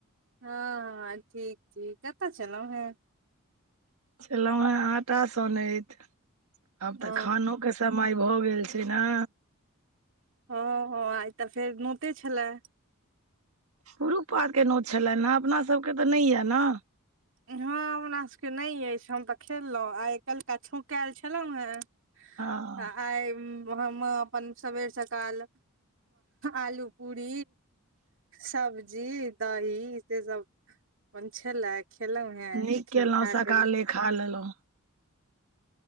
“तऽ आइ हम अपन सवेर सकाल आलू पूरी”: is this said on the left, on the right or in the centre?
Right